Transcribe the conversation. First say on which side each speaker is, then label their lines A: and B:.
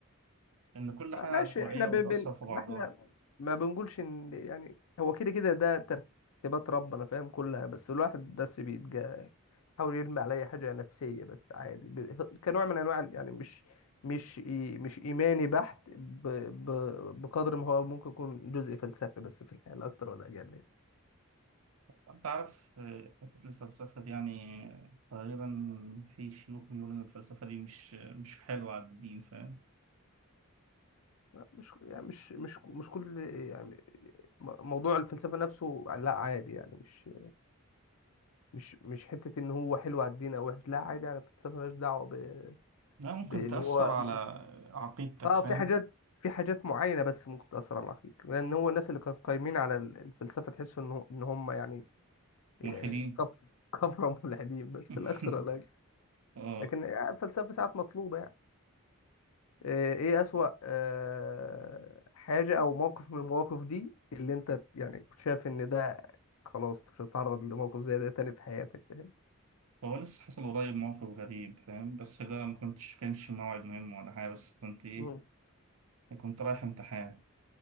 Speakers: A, on the right; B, on the left.
A: إن كل
B: آه
A: حاجة
B: ماشي
A: عشوائية
B: احنا ب-
A: وبتأثر
B: بن...
A: في بعضها
B: ما احنا ما بنقولش ان يعني هو كده كده ده ترتيبات ربنا فاهم كلها بس الواحد بس بيبقى يحاول يرمي على اي حاجة نفسية بس عادي ب... كنوع من انواع ال- يعني مش مش إي... مش ايماني بحت ب... ب... بقدر ما هو ممكن يكون جزء فلسفي بس في الحياة لا اكتر ولا اقل
A: وأنت عارف آه، حتة الفلسفة دي يعني آه، تقريبا في شيوخ بيقولوا إن الفلسفة دي مش آه، مش حلوة على الدين فاهم
B: مش يعني مش مش مش كل يعني م- موضوع الفلسفة نفسه لا عادي يعني مش مش مش حتة ان هو حلو على الدين او وحش لا عادي يعني الفلسفة مالهاش دعوة ب...
A: لا ممكن
B: بان
A: تأثر
B: هو
A: على
B: م-
A: عقيدتك
B: اه
A: فاهم
B: في حاجات في حاجات معينة بس ممكن تأثر على العقيدة لان هو الناس اللي كانت قايمين على ال- الفلسفة تحس ان هو- ان هم يعني
A: ملحدين
B: آه، كف- كفرة ملحدين بس
A: <laughs>
B: الاكثر لا أكتر ولا أقل.
A: اه
B: لكن آه، الفلسفة ساعات مطلوبة يعني آه، ايه اسوأ آه، حاجة او موقف من المواقف دي اللي انت يعني كنت شايف ان ده خلاص مش هتتعرض لموقف زي ده تاني في حياتك فاهم
A: هو لسه حصل قريب موقف غريب فاهم بس ده ما كنتش كانش موعد مهم ولا حاجة بس كنت إيه
B: مم.
A: كنت رايح امتحان